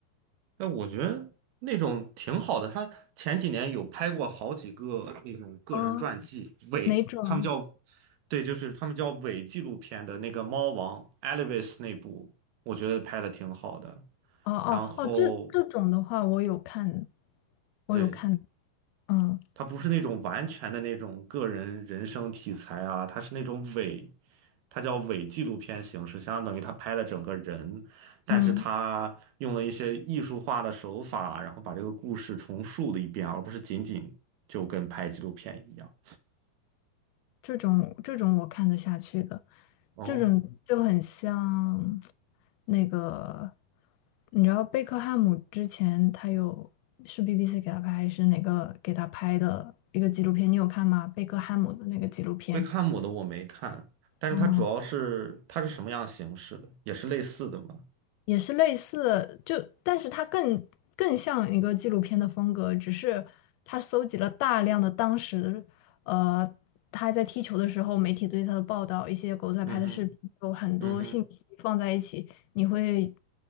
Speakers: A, on the right; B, on the left.
A: 哎，我觉得那种挺好的。他前几年有拍过好几个那种个人传记，
B: 嗯，
A: 伪，
B: 哪种？
A: 他们叫，对，就是他们叫伪纪录片的那个《猫王》Elvis 那部，我觉得拍的挺好的。
B: 哦哦哦，
A: 然后，
B: 这这种的话，我有看，我有看，
A: 对。
B: 嗯
A: 它不是那种完全的那种个人人生题材啊，它是那种伪，它叫伪纪录片形式，相当于他拍了整个人，但是他用了一些艺术化的手法，
B: 嗯，
A: 然后把这个故事重述了一遍，而不是仅仅就跟拍纪录片一样。
B: 这种这种我看得下去的，
A: 哦，
B: 这种就很像那个，你知道贝克汉姆之前他有是 BBC 给他拍还是哪个给他拍的一个纪录片，你有看吗？贝克汉姆的那个纪录片，
A: 贝克汉姆的我没看，但是它主要是它是什么样形式的，
B: 嗯。
A: 也是类似的嘛。
B: 也是类似，就但是它更更像一个纪录片的风格，只是它搜集了大量的当时，呃，他在踢球的时候，媒体对他的报道，一些狗仔拍的视频，
A: 嗯哼，
B: 有很多信息放在一起，
A: 嗯哼，
B: 你会